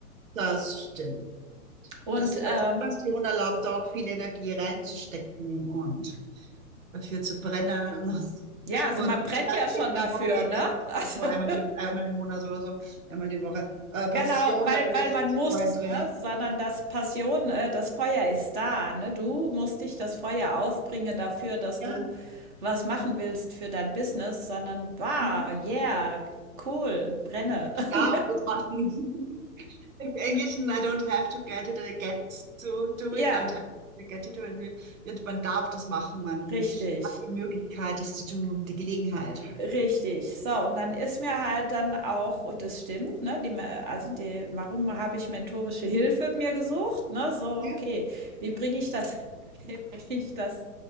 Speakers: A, on the right; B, on the right.
A: Das stimmt.
B: Und
A: Das, das
B: ähm,
A: Passion erlaubt auch viel Energie reinzustecken und dafür zu brennen. <laughs>
B: ja, also
A: Und
B: man brennt
A: ein
B: ja schon dafür,
A: Hobby
B: ne?
A: ist
B: Also
A: so
B: <laughs>
A: einmal, die, einmal im Monat oder so, einmal die Woche. Äh,
B: genau,
A: Passion,
B: weil,
A: da
B: weil
A: ist
B: man
A: das
B: muss,
A: Feuer drinnen.
B: ne? Sondern das Passion, äh, das Feuer ist da, ne? Du musst dich das Feuer aufbringen dafür, dass
A: Ja,
B: du was machen willst für dein Business, sondern, wow,
A: mhm.
B: yeah, cool, brenne.
A: ich darf
B: <laughs>
A: das machen. <laughs> Im Englischen, I don't have to get it, I get to do
B: Ja,
A: it, I don't have to get to do it. Wird- Man darf das machen, man
B: richtig.
A: hat die Möglichkeit, das zu tun, die Gelegenheit.
B: Richtig. So, und dann ist mir halt dann auch und das stimmt, ne, die, Me- also
A: Mhm.
B: die, warum habe ich mentorische Hilfe mir gesucht, ne? So,
A: Ja,
B: okay, wie bringe ich das, <laughs> wie bringe ich das